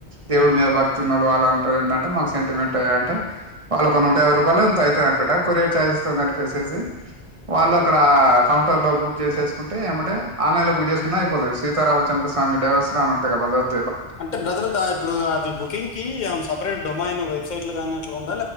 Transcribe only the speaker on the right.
దేవుడు
మీద భక్తి ఉన్నోళ్లు వాల్ అను ఏందంటే మాకు సెంటిమెంట్ అయ్య అంటే వాళ్ళ ఒక నూటయాబై రూపాయలో ఎంతో ఐతది అనుకుంటా కొరియర్ చార్జెస్ తో కలిపేసీ సీ వాళ్ళు అక్కడ కౌంటర్ లో బుక్ చేసేసుకుంటే ఎమ్మటే ఆన్లైన్ ల బుక్ చేసుకున్నా అయిపోతది సీతారామచంద్ర స్వామి డైవర్సన అని ఉంటది కదా భద్ర